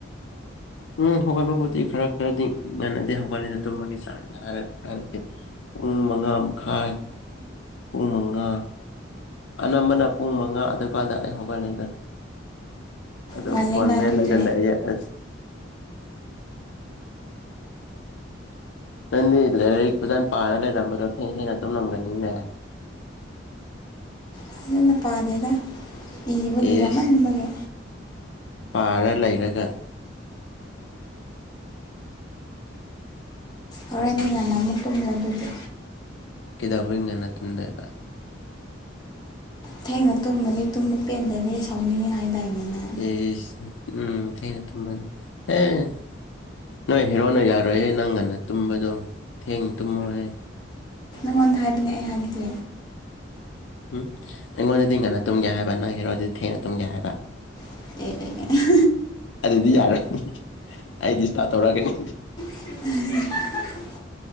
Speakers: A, on the left; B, on the left.
A: ꯎꯝ ꯍꯧꯒꯠꯄꯕꯨꯗꯤ ꯈꯔ ꯈꯔꯗꯤ ꯉꯥꯟꯅꯗꯦ ꯍꯧꯒꯠꯂꯤꯅ ꯇꯨꯝꯕꯒꯤ ꯆꯥꯡ ꯍꯥꯏꯔꯦ ꯍꯥꯏꯔꯗꯤ꯫ ꯄꯨꯡ ꯃꯉꯥ ꯃꯈꯥꯏ꯫ ꯄꯨꯡ ꯃꯉꯥ꯫ ꯑꯅꯝꯕꯅ ꯄꯨꯡ ꯃꯉꯥ ꯑꯗꯨꯀꯥꯟꯗ ꯑꯩ ꯍꯧꯒꯠꯂꯦꯗ꯫ ꯑꯗꯣ
B: ꯉꯜꯂꯤꯅ
A: ꯐꯣꯟ ꯃꯦꯂꯒ
B: ꯑꯗꯨꯗꯤ
A: ꯂꯩꯑꯦ꯫ ꯅꯪꯗꯤ ꯂꯥꯏꯔꯤꯛ ꯐꯖꯅ ꯄꯥꯔꯒ ꯂꯩꯔꯝꯕꯗꯣ ꯊꯦꯡ ꯊꯦꯡꯅ ꯇꯨꯝꯂꯝꯒꯅꯤꯅꯦ꯫
B: ꯐꯖꯅ ꯄꯥꯗꯦꯗ ꯏꯕꯒꯤ
A: ꯏꯁ
B: ꯌꯥꯝꯃꯟꯕꯒꯤ꯫
A: ꯄꯥꯔ ꯂꯩꯔꯒ꯫
B: ꯍꯣꯔꯦꯟꯗꯤ ꯉꯅ ꯑꯃꯨꯛ ꯇꯨꯝꯔꯦ ꯑꯗꯨꯗꯤ꯫
A: ꯀꯩꯗꯧꯕꯩ ꯉꯟꯅ ꯇꯨꯝꯗꯣꯏꯕ꯫
B: ꯊꯦꯡꯅ ꯇꯨꯝꯃꯗꯤ ꯇꯨꯝꯕ ꯄꯦꯟꯗꯗꯤ ꯁꯥꯎꯅꯤꯡꯉꯦ ꯍꯥꯏꯇꯥꯏꯅꯦ ꯅꯪ꯫
A: ꯑꯁ ꯎꯝ ꯊꯦꯡꯅ ꯇꯨꯝꯕꯅꯤ ꯑꯦ꯫ ꯅꯣꯏ ꯍꯦꯔꯣꯅ ꯌꯥꯔꯣꯏꯑꯦ ꯅꯪ ꯉꯟꯅ ꯇꯨꯝꯕꯗꯣ ꯊꯦꯡ ꯇꯨꯝꯃꯣ ꯍꯥꯏ꯫
B: ꯉꯣꯟꯗ ꯍꯥꯏꯕꯅꯤ ꯑꯩ ꯍꯥꯏꯕ ꯅꯠꯇꯦ꯫
A: ꯎꯝ ꯑꯩꯉꯣꯟꯗꯗꯤ ꯉꯟꯅ ꯇꯨꯝꯒꯦ ꯍꯥꯏꯕ ꯅꯪ ꯍꯦꯔꯣꯗꯗꯤ ꯊꯦꯡꯅ ꯇꯨꯝꯒꯦ ꯍꯥꯏꯕ꯫
B: <unintelligible>
A: ꯑꯗꯨꯗꯤ ꯌꯥꯔꯣꯏ ꯑꯩ ꯗꯤꯁꯇꯔ ꯇꯧꯔꯛꯑꯅꯤ꯫
B: <unintelligible>